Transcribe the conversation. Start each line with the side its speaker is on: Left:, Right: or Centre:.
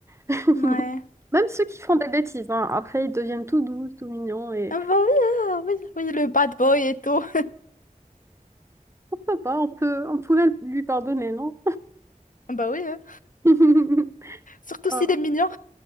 Right: <laughs>
Left: ouais.
Right: Même ceux qui font des bêtises, hein, Après, ils deviennent tout doux, tout mignons et...
Left: Ah bah oui, ah oui, oui, le bad boy et tout.
Right: Pourquoi pas? On peut, on pouvait lui pardonner, non?
Left: <laughs> Ah Bah oui, hein.
Right: <laughs>
Left: Surtout
Right: Ah,
Left: s'il est mignon.